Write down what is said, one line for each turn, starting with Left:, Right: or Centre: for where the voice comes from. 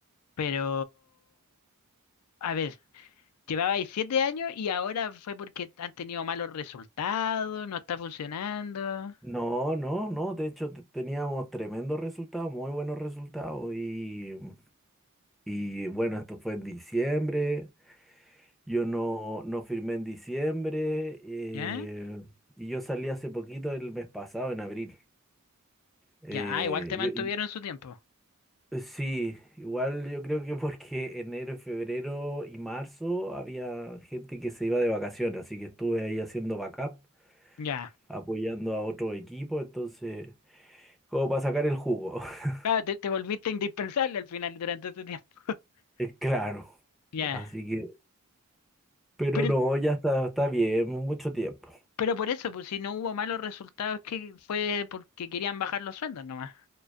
Left: Pero, a ver, llevaba ahí siete años y ahora fue porque han tenido malos resultados, no está funcionando.
Centre: No, no, no, de hecho te- teníamos tremendos resultados, muy buenos resultados y, y bueno, esto fue en diciembre. Yo no, no firmé en diciembre eh,
Left: ¿Ya?
Centre: y yo salí hace poquito el mes pasado, en abril. Eh,
Left: Ya, ah, igual te
Centre: yo-
Left: mantuvieron
Centre: y-
Left: su tiempo.
Centre: eh, sí, igual yo creo que porque enero, febrero y marzo había gente que se iba de vacaciones, así que estuve ahí haciendo backup,
Left: Ya.
Centre: apoyando a otro equipo, entonces, como para sacar el jugo. <laughs>
Left: Ah, te, te volviste indispensable al final durante ese tiempo. <laughs>
Centre: Eh, Claro,
Left: Ya.
Centre: así que, pero
Left: Pero
Centre: no, ya está, está bien, mucho tiempo.
Left: Pero por eso, pues si no hubo malos resultados, que fue porque querían bajar los sueldos nomás.